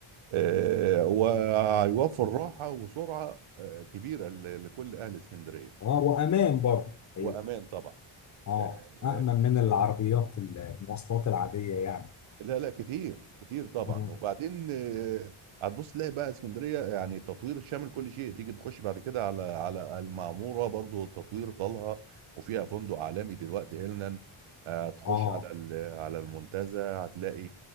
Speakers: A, on the right; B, on the left.
A: آه وهيوفر راحه وسرعه آه كبيره ل- لكل اهل اسكندريه
B: أه وأمان برضه هي-
A: وامان طبعا
B: أه
A: آه،
B: أأمن من العربيات ال- المواصلات العادية يعني
A: لا لا كتير كتير طبعا
B: مم.
A: وبعدين آه، هتبص تلاقي بقى اسكندريه يعني تطوير شامل كل شيء تيجي تخش بعد كده على على المعموره برضو التطوير طالها وفيها فندق عالمي دلوقتي هيلنان آه، هتخش
B: أه
A: على ال- على المنتزه هتلاقي